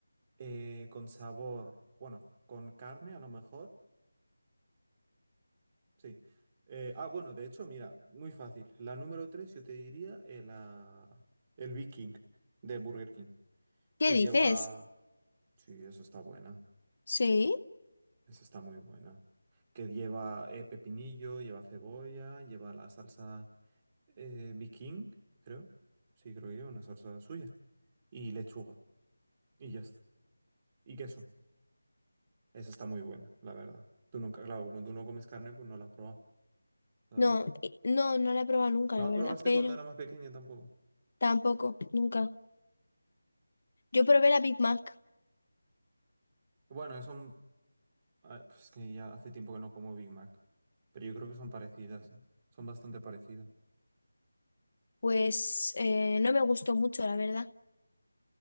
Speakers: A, on the right; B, on the left.
A: eh, con sabor, bueno, con carne a lo mejor. Sí. Eh, ah, bueno, de hecho, mira, muy fácil. La número 3 yo te diría eh, la- el Big King de Burger King,
B: ¿Qué
A: que
B: dices?
A: lleva... Sí, eso está buena,
B: Sí,
A: eso está muy buena. Que lleva eh, pepinillo, lleva cebolla, lleva la salsa eh, Big King, creo. Sí, creo que lleva una salsa suya. Y lechuga, y ya está. Y queso. Esa está muy buena, la verdad. Tú nunca, claro, como tú no comes carne, pues no la has probado, ¿sabes?
B: no, eh, no, no la he probado nunca,
A: No
B: la
A: la
B: verdad,
A: probaste
B: pero
A: cuando era más pequeña tampoco.
B: tampoco, nunca. Yo probé la Big Mac,
A: Bueno, eso Ah, pues es que ya hace tiempo que no como Big Mac. Pero yo creo que son parecidas, ¿eh? Son bastante parecidas.
B: pues eh, no me gustó mucho, la verdad.